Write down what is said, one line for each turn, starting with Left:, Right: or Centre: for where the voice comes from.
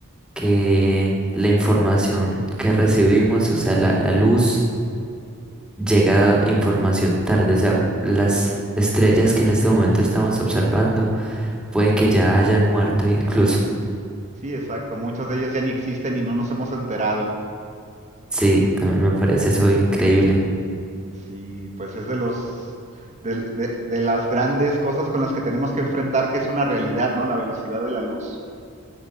Centre: que la información que recibimos, o sea, la, la luz, llega información tarde, o sea, las estrellas que en este momento estamos observando, puede que ya hayan muerto incluso.
Right: Es- Sí, exacto. Muchas de ellas ya ni existen y no nos hemos enterado.
Centre: Sí, también me parece eso increíble.
Right: Sí, pues es de los del- de, de las grandes cosas con las que tenemos que enfrentar, que es una realidad, ¿no? La velocidad de la luz.